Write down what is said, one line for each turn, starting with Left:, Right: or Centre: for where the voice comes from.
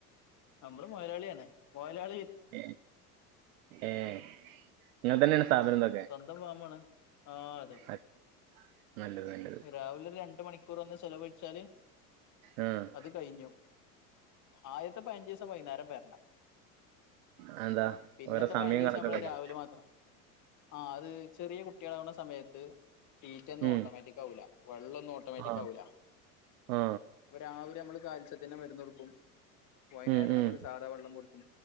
Left: നമ്മള് മൊയലാളിയാണ് മൊയലാളി
Right: ഏഹ് ഏഹ് നിങ്ങളെ തന്നെയാണോ സ്ഥാപനംന്നൊ
Left: സ്വന്തം ഫാമാണ് ആഹ് അതെ
Right: അ- നല്ലത് നല്ലത്
Left: രാവിലെ ഒരു രണ്ടു മണിക് കൂറൊന്ന് ചെലവഴിച്ചാല്
Right: ഉം
Left: അത് കയിഞ്ഞു ആദ്യത്തെ പതിനഞ്ചിവസം വൈന്നേരം വരണം
Right: അതെന്താ
Left: പിന്നത്തെ
Right: ഓരോ സമയം
Left: പതിനഞ്ചിവസം
Right: കണക്കൊക്കെ
Left: നമ്മള്
Right: ഉണ്ടോ
Left: രാവിലെ മാത്രം ആഹ് അത് ചെറിയ കുട്ടികളാവ്ണ സമയത്ത് തീറ്റ ന്നും
Right: ഉം
Left: ഓട്ടോമാറ്റിക്കാവൂല്ല വെള്ളൊന്നും ഓ ട്ടോമാറ്റിക്കാവൂല്ല
Right: ആ ആ
Left: അപ്പ രാവിലെ മ്മള് കാൽസ്യത്തിൻ്റെ മരുന്നുകൊടുക്കും വൈന്നേരം
Right: ഉം ഉം
Left: നമ്മള് സാദാ വെള്ളം കൊടുക്കും